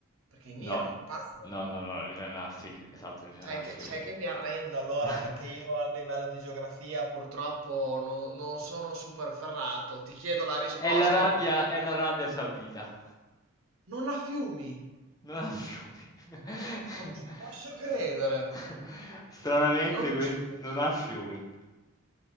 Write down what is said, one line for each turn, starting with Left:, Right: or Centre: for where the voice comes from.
Right: perché in Iran
Left: No,
Right: passano.
Left: no, no, no, l'Irana a Fiume, esatto, l'Irana
Right: Sai che,
Left: a Fiume.
Right: sai che mi arrendo allora
Left: <laughs>
Right: perché io a livello di geografia purtroppo non, non sono super ferrato. Ti chiedo la
Left: È
Right: risposta
Left: l'Arabia,
Right: e purtroppo
Left: è l'Arabia Saudita,
Right: non la fiumi.
Left: non ha fiumi. <laughs>
Right: Non ci posso credere.
Left: Stranamente,
Right: Non
Left: quest-
Right: ci posso.
Left: non ha fiumi,